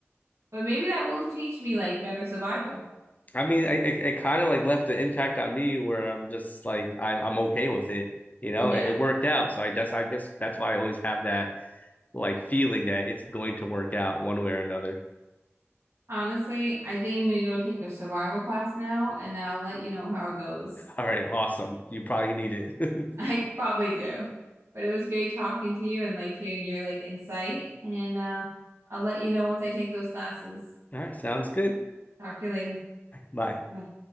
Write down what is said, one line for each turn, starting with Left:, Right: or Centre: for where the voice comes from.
Right: But maybe that will teach me like better survival.
Left: I mean, I, it, it kind of like left an impact on me where I'm just like I'm I'm okay with it. You know,
Right: Yeah.
Left: it, it worked out, so I guess I guess that's why I always have that like feeling that it's going to work out one way or another.
Right: Honestly, I think I'm gonna go take a survival class now and then I'll let you know how it goes.
Left: All right, awesome. You probably need it.
Right: <laughs> I
Left: <laughs>
Right: probably do. But it was great talking to you and like hearing your like insight. And uh I'll let you know once I take those classes.
Left: All right, sounds good.
Right: Talk to you later.
Left: Bye.
Right: Bye.